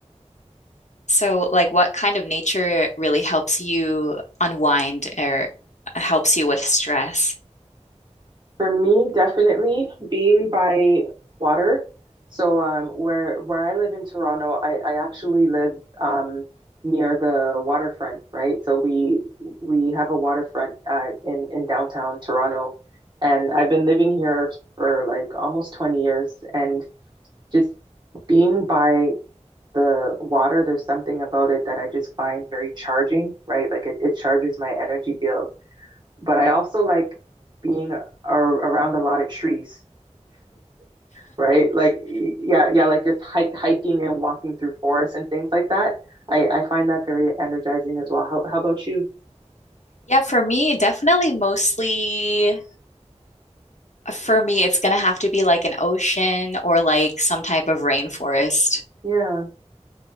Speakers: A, on the left (about 75°); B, on the right (about 40°).
A: So, like, what kind of nature really helps you unwind or helps you with stress?
B: For me, definitely being by water. So um, where where I live in Toronto, I, I actually live um, near the waterfront, right? So we we have a waterfront uh, in in downtown Toronto, and I've been living here for like almost 20 years, and just being by the water, there's something about it that I just find very charging, right? Like it, it charges my energy field but I also like being a around a lot of trees, right? Like, y- yeah, yeah, like just hike, hiking and walking through forests and things like that. I, I find that very energizing as well. How, how about you?
A: Yeah, for me, definitely mostly for me, it's gonna have to be like an ocean or like some type of rainforest.
B: Yeah,